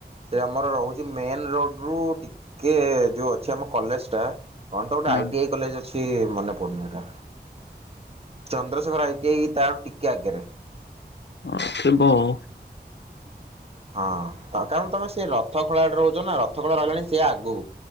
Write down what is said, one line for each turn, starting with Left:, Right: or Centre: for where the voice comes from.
Right: ସେ ଆମର ରହୁଛି ମେନ ରୋଡ ରୁ ଟିକେ ଯୋଉ ଅଛି ଆମ କଲେଜଟା କଣ ତ ଗୋଟେ
Left: ହଁ
Right: ଆଇଟିଆଇ କଲେଜ୍ ଅ ସିଏ ମନେ ପଡୁନି ଏଇଟା ଚନ୍ଦ୍ରଶେଖର ଆଇଟିଆଇ ତାଠୁ ଟିକେ ଆଗରେ
Left: ହ ସେ ଥିବ ଆଉ
Right: ହଁ କାରଣ ତମେ ସେ ରଥ ଖୋଳାଟେ ରହୁଛ ନା ରଥ ଖୋଳା ରହିଲାଣି ସେ ଆଗକୁ।